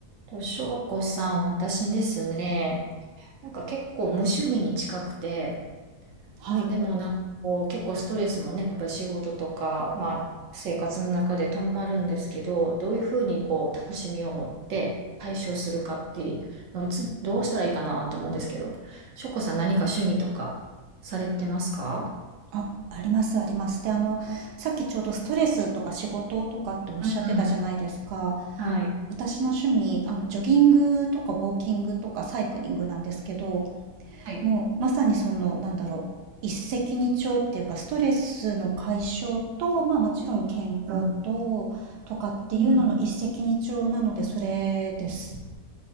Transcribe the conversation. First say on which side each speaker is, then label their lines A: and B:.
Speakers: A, on the right; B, on the right.
A: と、翔子さん、私ですね、なんか結構無趣味に近くて、
B: はい。
A: まあでもなんかこう結構ストレスもね、やっぱり仕事とか、まあ生活の中で溜まるんですけど、どういうふうにこう楽しみを持って解消するかっていうのをつどうしたらいいかなと思うんですけど、翔子さん何か趣味とかされてますか
B: あ、ありますあります。で、あの、さっきちょうどストレスとか仕事とかっておっしゃってたじゃないですか。
A: うんうんはい。
B: 私の趣味、あの、ジョギングとかウォーキングとかサイクリングなんですけど、
A: はい。
B: もうまさにその、なんだろう、一石二鳥っていうか、ストレスの解消と、まあもちろん健康と、
A: うん
B: とかっていうのの一石二鳥なので、
A: うん
B: それです。